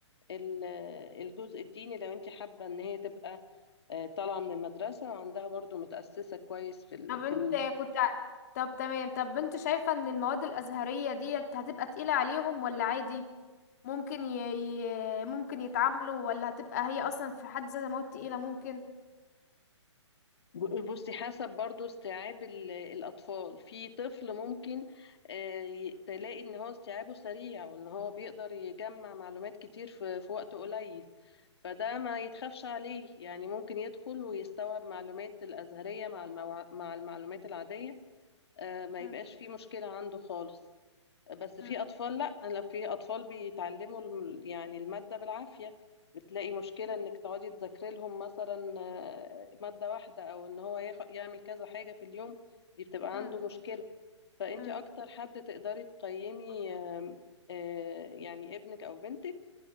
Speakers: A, on the left (about 60°); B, on the left (about 35°).
A: ال- آه، الجزء الديني لو أنت حابة إن هي تبقى آه، طالعة من المدرسة وعندها برضو متأسسة كويس في ال-
B: طب انت
A: في
B: كنت ع- طب تمام طب انت شايفة ان المواد الازهرية ديت هتبقى تقيلة عليهم ولا عادي ممكن ي... ي... ممكن يتعاملوا ولا هتبقى هي اصلا في حد ذاتها مواد تقيلة ممكن
A: ب- بصي حسب برضو استيعاب ال- الأطفال في طفل ممكن آه، ي- تلاقي إن هو استيعابه سريع وإن هو بيقدر يجمع معلومات كتير في في وقت قليل فده ما يتخافش عليه يعني ممكن يدخل ويستوعب معلومات الأزهرية مع الموع... مع المعلومات العادية آه، ما
B: مم.
A: يبقاش فيه مشكلة عنده خالص بس في
B: مم.
A: اطفال لا لو في اطفال بيتعلموا الم- يعني الماده بالعافيه بتلاقي مشكله انك تقعدي تذاكري لهم مثلا آه، ماده واحده او ان هو ياخ- يعمل كذا حاجه في اليوم دي بتبقى
B: مم.
A: عنده مشكله فانت
B: مم.
A: اكتر حد تقدري تقيمي آم، آه، يعني ابنك او بنتك